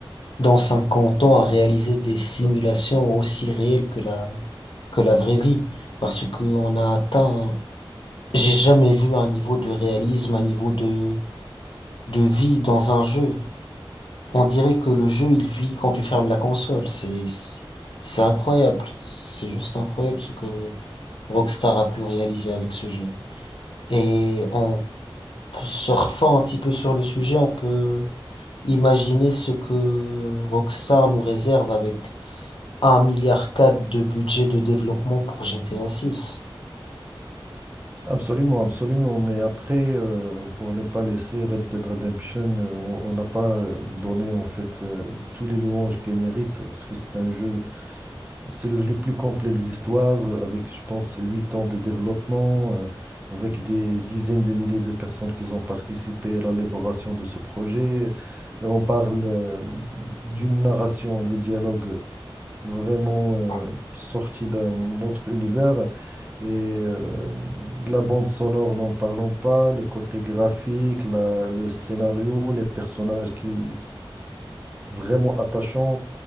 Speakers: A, on the left (about 65°); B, on the right (about 20°).
A: dans 50 ans à réaliser des simulations aussi réelles que la, que la vraie vie. Parce qu'on a atteint, j'ai jamais vu un niveau de réalisme, un niveau de, de vie dans un jeu. On dirait que le jeu, il vit quand tu fermes la console. C'est, c'est incroyable. C'est juste incroyable ce que Rockstar a pu réaliser avec ce jeu. Et on Surfant un petit peu sur le sujet, on peut imaginer ce que Rockstar nous réserve avec un milliard quatre de budget de développement pour GTA 6.
B: Absolument, absolument. Mais après, euh, pour ne pas laisser Red Dead Redemption, euh, on on n'a pas euh, donné en fait euh, tous les louanges qu'elle mérite, parce que c'est un jeu, c'est le jeu le plus complet de l'histoire, euh, avec, je pense, huit ans de développement, euh, avec des dizaines de milliers de personnes qui ont participé à l'élaboration de ce projet. Euh, On parle euh, d'une narration et des dialogues vraiment euh,
A: Ouais.
B: sorti d'un autre univers. Et euh, la bande sonore, n'en parlons pas, le côté graphique, la- le scénario, les personnages qui vraiment attachants.